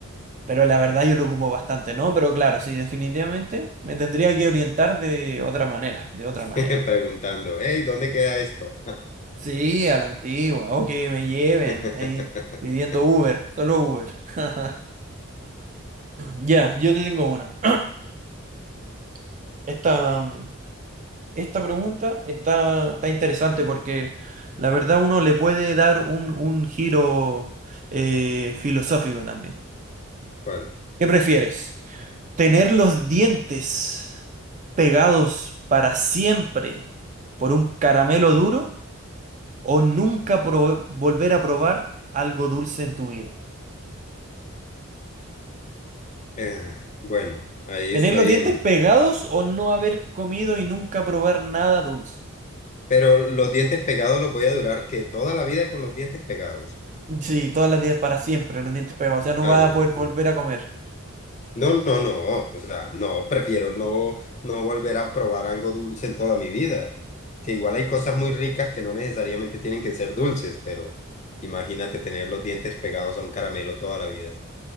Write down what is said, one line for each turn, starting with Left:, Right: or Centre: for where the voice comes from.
Right: Pero la verdad yo lo ocupo bastante, ¿no? Pero claro, sí, definitivamente me tendría que orientar de otra manera, de otra
Left: <laughs>
Right: manera.
Left: preguntando, hey, ¿dónde queda esto?
Right: Sí, a la antigua, o que me lleven
Left: <laughs>
Right: ahí pidiendo Uber, solo Uber. <laughs> Ya, yo te tengo una. <clears throat> Esta. Esta pregunta está, está interesante porque la verdad uno le puede dar un, un giro eh, filosófico también.
Left: ¿Cuál?
Right: ¿Qué prefieres? ¿Tener los dientes pegados para siempre por un caramelo duro o nunca pro- volver a probar algo dulce en tu vida?
Left: Eh, bueno, ahí
Right: ¿Tener
Left: estoy
Right: los dientes
Left: en...
Right: pegados o no haber comido y nunca probar nada dulce?
Left: Pero los dientes pegados los voy a durar que toda la vida con los dientes pegados.
Right: Sí, todas las días para siempre, los dientes pegados. O sea, no
Left: Ah,
Right: vas
Left: no,
Right: a poder volver
Left: no.
Right: a comer.
Left: No, no, no, o sea, no, prefiero no, no volver a probar algo dulce en toda mi vida, que igual hay cosas muy ricas que no necesariamente tienen que ser dulces, pero imagínate tener los dientes pegados a un caramelo toda la vida.